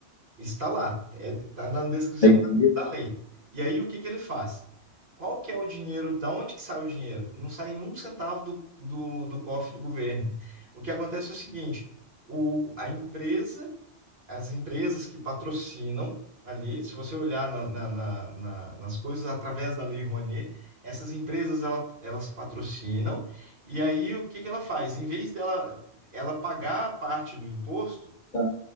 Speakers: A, on the right; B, on the left.
A: Isso está lá, está na descrição
B: aí
A: da,
B: dinheiro
A: da lei. E aí o que que ele faz? Qual que é o dinheiro? Da onde que sai o dinheiro? Não sai um centavo do, do, do cofre do governo. O que acontece é o seguinte: o, a empresa as empresas que patrocinam ali, se você olhar na- na- na- na- nas coisas através da Lei Rouanet, essas empresas ela- elas patrocinam, e aí o que que ela faz? Em vez dela ela pagar a parte do imposto,
B: tá